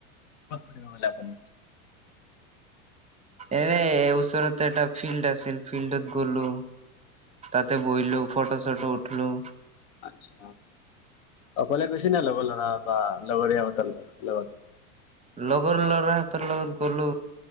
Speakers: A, on the left; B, on the right.
A: ক'ত ফুৰিব গ'লে আপুনি।
B: এনে এই ওচৰতে এটা ফিল্ড আছিল ফিল্ডত গ'লো। তাতে বহিলোঁ ফটো-চটো উঠিলো।
A: আচ্ছা। অকলে গৈছে নে লগৰ ল'ৰা বা লগৰীয়াহঁতৰ লগত।
B: লগৰ লৰাহঁতৰ লগত গ'লো।